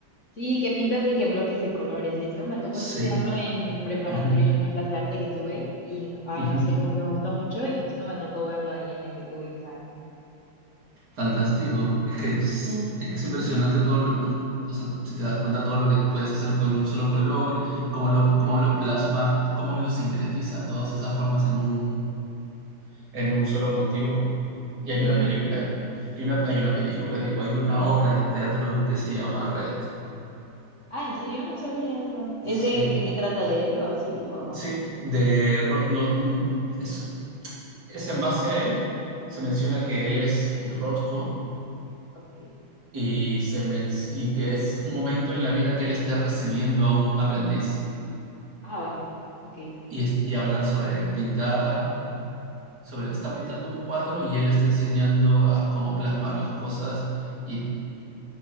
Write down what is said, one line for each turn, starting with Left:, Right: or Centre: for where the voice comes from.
Left: Sí, que pintas y que bloques de colores. Y eso me tocó
Right: Sí.
Left: estudiarlo en preparatoria
Right: Ujú,
Left: en una clase de arte que tuve. Y, n- ay,
Right: ujú.
Left: no sé, como que me gustó mucho y justo me tocó verlo ahí en el Guggenheim.
Right: Fantástico. Es que es,
Left: Sí.
Right: es que es impresionante todo lo, mm, o sea, si te das cuenta todo lo que puedes hacer con un solo color, cómo lo, cómo lo plasma, cómo lo sincretiza todas esas formas en un, en un solo motivo. Y
Left: Sí.
Right: hay una película, hay una, hay una película, digo, hay una obra de teatro que se llama Red.
Left: Ah, ¿en serio? No sabía eso. ¿Es
Right: Sí,
Left: de, de qué trata de él o así? O,
Right: sí, de Ro- no, mm, es, es en base a él, se menciona que él es un Rothko
Left: ok.
Right: y, se men- y que es un momento en la vida que él está recibiendo a un aprendiz.
Left: Ah, vale. Ok.
Right: Y, es- y hablan sobre pintar, sobre, están pintando un cuadro y él está enseñando a cómo plasmar las cosas. Y